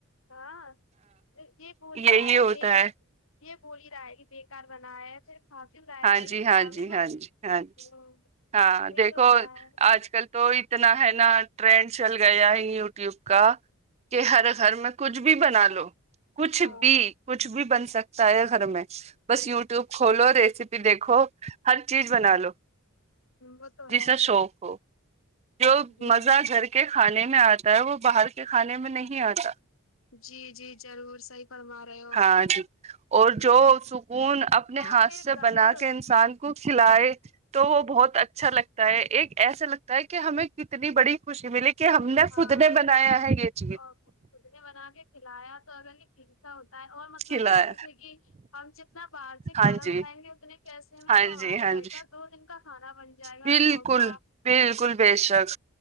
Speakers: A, on the left; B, on the right.
A: ہاں یہ بول ہی رہا
B: یہی
A: ہے کہ
B: ہوتا
A: بیکا
B: ہے
A: یہ بول ہی رہا ہے کہ بیکار بنا ہے پھر کھا کیوں رہا ہے
B: ہاں
A: بھائی
B: جی ہاں
A: کھا بھی
B: جی
A: مت
B: ہاں جی ہاں جی
A: ہمم
B: ہاں
A: یہی
B: دیکھو
A: تو ہوتا ہے
B: آج کل تو اتنا ہے نا ٹرینڈ چل گیا ہے یو ٹیوب کا کہ ہر
A: ہاں
B: گھر میں کچھ بھی بنا لو کچھ
A: ہاں
B: بھی کچھ بھی بن سکتا ہے گھر میں بس یوٹیوب کھولو ریسیپ پہ دیکھو ہر چیز بنا لو
A: وہ تو ہے
B: جسکا شوق ہو جو
A: جی
B: مزہ گھر کے کھانے میں آتا ہے وہ باہر کے کھانے میں نہیں آتا
A: جی جی ضرور صحیح فرما رہے ہو
B: ہاں جی اور جو سکون اپنے
A: اور
B: ہاتھ
A: پھر
B: سے
A: گھر
B: بنا کے انسان کو کھلائے تو وہ بہت اچھا لگتا ہے ایک ایسا لگتا ہے کہ ہمیں کتنی بڑی خوشی ملی کہ ہم نے
A: ہاں
B: خود نے بنایا ہے یہ چیز
A: اور خود نے بنا کے کھلایا تو اگر کلسا ہوتا ہے اور مطلب
B: کھلایا
A: کہ جیسے کہ ہم جتنا باہر سے
B: ہاں
A: کھانا
B: جی
A: منگائیں گے اتنے پیسے میں
B: ہاں
A: تو ہمارے
B: جی ہاں
A: گھر
B: جی
A: کا دو دن کا کھانا بن جائے گا
B: بالکل
A: ہوتا
B: بالکل بیشک